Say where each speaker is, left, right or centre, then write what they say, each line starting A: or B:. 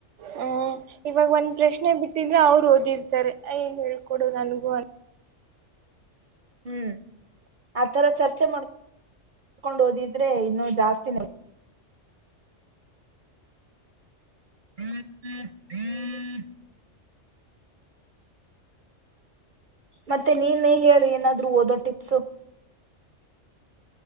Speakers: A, on the right; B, on the right.
A: ಹ್ಮ ಇವಾಗ ಒಂದ್ ಪ್ರಶ್ನ ಪ್ರಶ್ನೆ ಬಿಟ್ಟಿದ್ರೆ ಅವ್ರು ಓದಿರ್ತಾರೆ ಯಏನ್ ಹೇಳ್ಕೊಡು ನನ್ಗೂ ಅಂತ
B: ಹ್ಮ್ ಆತರ ಚರ್ಚೆ ಮಾಡ್ಕೊಂಡ್ ಓದಿದ್ರೆ ಇನ್ನು ಜಾಸ್ತಿನ ಹ್ಮ್ ಹ್ಮ್ ಮತ್ತೆ ನೀನೇ ಹೇಳು ಏನಾದ್ರು ಓದೋ ಟಿಪ್ಸು